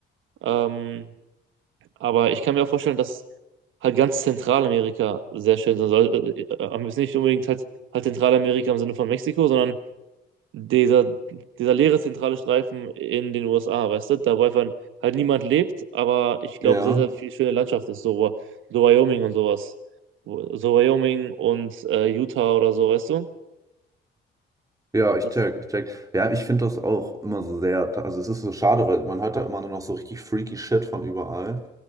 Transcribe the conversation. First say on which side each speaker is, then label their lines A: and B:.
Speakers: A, on the right (about 80°); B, on the right (about 15°).
A: Ähm, aber ich kann mir auch vorstellen, dass halt ganz Zentralamerika sehr schön sein soll. Äh, äh, aber jetzt nicht unbedingt halt, halt Zentralamerika im Sinne von Mexiko, sondern dieser, dieser leere zentrale Streifen in den USA, weißt du, da wo einfach halt niemand lebt, aber ich glaube,
B: Ja.
A: sehr, sehr viel schöne Landschaft ist, so, so Wyoming und sowas. Wo- So Wyoming und äh, Utah oder so, weißt du?
B: Ja, ich
A: Das,
B: check, ich check. Ja, ich finde das auch immer so sehr. Also es ist so schade, weil man hört da immer nur noch so richtig freaky Shit von überall.